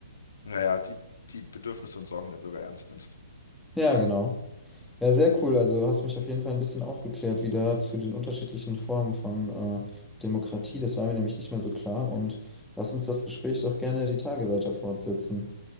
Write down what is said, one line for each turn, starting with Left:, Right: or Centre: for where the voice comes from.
Left: naja, die, die Bedürfnisse und Sorgen der Bürger ernst nimmst.
Centre: Ja, genau. Ja, sehr cool. Also hast mich auf jeden Fall ein bisschen aufgeklärt wieder zu den unterschiedlichen Formen von äh, Demokratie. Das war mir nämlich nicht mehr so klar. Und lass uns das Gespräch doch gerne die Tage weiter fortsetzen.